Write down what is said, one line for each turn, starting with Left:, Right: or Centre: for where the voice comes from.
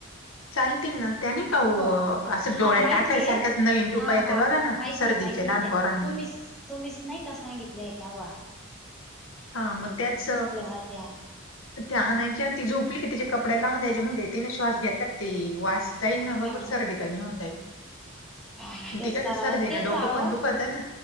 Left: चालती ना. त्यानी का ओ
Centre: थोड
Left: असं
Centre: हा
Left: डोळ्यात
Centre: माहितीय
Left: टाकायसारखच नवीन
Centre: हा
Left: टुपा येत
Centre: हा
Left: बघा ना
Centre: माहिती
Left: सर्दीचे
Centre: माहिती
Left: लहान
Centre: त्या
Left: पोरांना
Centre: तुम्हीच तुम्हीच नाही का सांगितलेय त्याव्हा.
Left: हा म त्याच
Centre: होत्या
Left: त्या आणायच्यात ती झोपली कि तिचे कपडे लावून द्यायचे म्हणजे तिने श्वास <unintelligible> वास जाईल
Centre: हम्म.
Left: ना बरोबर सर्दी कमी होऊन जाईल.
Centre: हा तेच
Left: ठीक
Centre: करावं
Left: सर्दी
Centre: तेच
Left: ना डोकं
Centre: आहो
Left: पण दुखतय ना